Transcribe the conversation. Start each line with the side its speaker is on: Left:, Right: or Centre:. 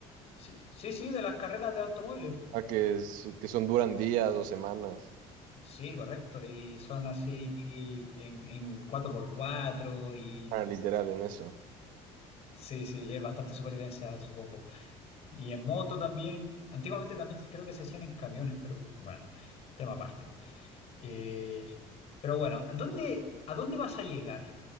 Left: Sí, sí, sí, de las carreras de automóviles.
Right: A que, es- que son duran días o semanas.
Left: Sí, correcto. Y son así en, en cuatro por cuatro y
Right: Ah, literal, en eso.
Left: sí, sí, es bastante supervivencia, supongo. Y en moto también. Antiguamente también creo que se hacían en camiones, pero bueno, tema aparte. Eh, pero bueno, ¿a dónde, a dónde vas a llegar?